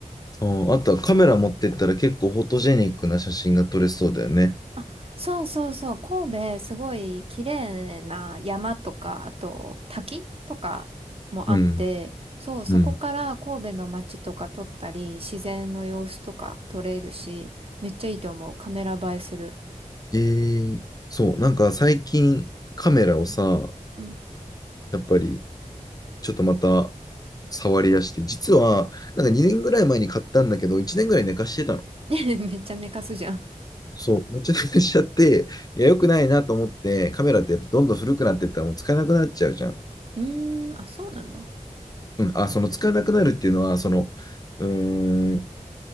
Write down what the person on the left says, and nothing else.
ああ、あとはカメラ持ってったら結構フォトジェニックな写真が撮れそうだよね。
うん、
うん、
えー、そう、なんか最近カメラをさ、
やっぱりちょっとまた触り出して、実はなんか2年ぐらい前に買ったんだけど、1年ぐらい寝かしてたの。
そう、めっちゃ寝かしちゃって、いや、良くないなと思って、カメラってやっぱどんどん古くなってったらもう使えなくなっちゃうじゃん。
うん、あ、その使えなくなるっていうのは、その、うーん、